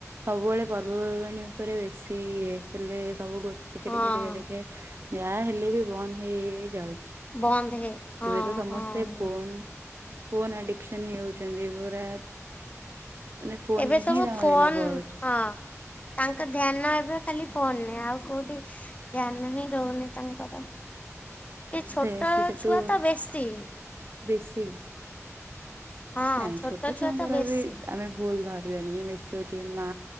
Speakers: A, on the right; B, on the left.
A: ସବୁବେଳେ ପର୍ବପର୍ବାଣୀ ଉପରେ ବେଶୀ ଇଏ ହେଲେ ସବୁ ଗୋ ଟିକେ
B: ହଁ
A: ଟିକେ ଟିକେ ଟି କେ ଯାହା ହେଲେ ବି ବନ୍ଦ୍ ହେଇ ହେଇ ଯାଉଛି।
B: ବନ୍ଦ୍ ହେ ହଁ
A: ଏବେ ତ ସମସ୍ତେ
B: ହଁ
A: ଫୋନ୍ ଫୋନ୍ ଆଡିକସନ୍ ହେଇଯାଉଛନ୍ତି ପୁରା। ମାନେ ଫୋନ
B: ଏବେ ସବୁ
A: ହିଁ ତାଙ୍କ
B: ଫୋନ୍
A: ଦିନ ପଳଉଛି।
B: ହଁ। ତାଙ୍କ ଧ୍ୟାନ ଏବେ ଖାଲି ଫୋନ୍ ରେ ଆଉ କୋଉଠି ଧ୍ୟାନ ହିଁ ରହୁନି ତାଙ୍କର। ଏଇ ଛୋଟ
A: ସେ ସେ ସେଠୁ
B: ଛୁଆ ତ ବେଶୀ।
A: ବେଶୀ।
B: ହଁ
A: ନାଇଁ ଛୋଟ ଛୁଆଙ୍କର
B: ଛୁଆ ତ ବେଶୀ
A: ବି ଆମେ ଭୁଲ୍ ଧରିବାନି ବେ ଶି ହଉଛି ମା